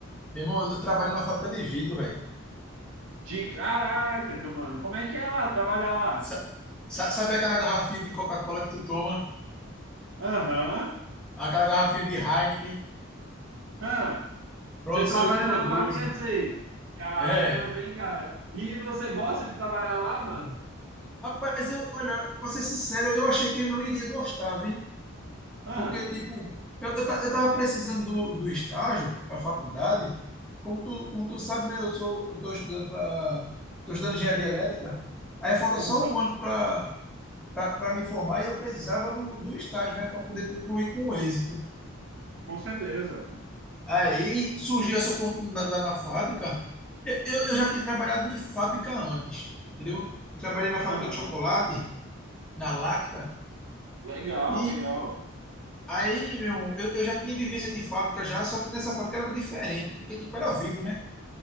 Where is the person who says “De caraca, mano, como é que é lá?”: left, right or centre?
Right